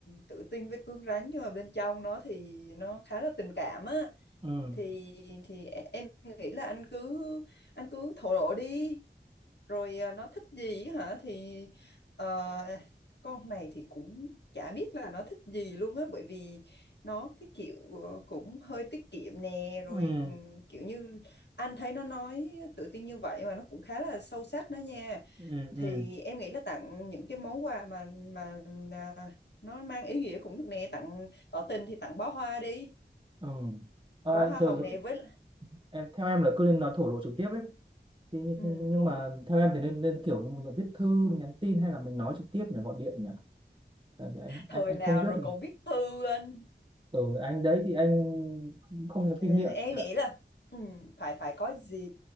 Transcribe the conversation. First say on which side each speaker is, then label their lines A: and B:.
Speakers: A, on the left; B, on the right.
A: tự tin với cứng rắn nhưng mà bên trong nó thì nó khá là tình cảm á
B: ừ
A: thì thì em nghĩ là anh cứ anh cứ thổ lộ đi rồi à, nó thích gì hả thì ờ, con này thì cũng chả biết là nó thích gì luôn á bởi vì nó cái kiểu ờ, cũng hơi tiết kiệm nè rồi
B: ừ
A: ừ, kiểu như anh thấy nó nói tự tin như vậy mà nó cũng khá là sâu sắc đó nha
B: ừ
A: thì
B: ừ,
A: em nghĩ là tặng những cái món quà mà mà à, nó mang ý nghĩa cũng được nè tặng tỏ tình thì tặng bó hoa đi
B: ừ. À,
A: bó hoa
B: rồi,
A: hồng
B: rồi
A: nè với
B: em theo em là cứ nên nói thổ lộ trực tiếp ấy thì nhưng,
A: ừ,
B: nhưng
A: đúng
B: mà theo em thì nên nên kiểu mình là viết thư mình nhắn tin hay là mình nói trực tiếp nhỉ gọi điện nhỉ tại vì anh anh
A: thời
B: anh
A: nào
B: không biết
A: rồi còn viết thư anh
B: ừ anh đấy thì anh không có
A: Ờ,
B: kinh nghiệm
A: em
B: dạ.
A: nghĩ là ừ, phải phải có dịp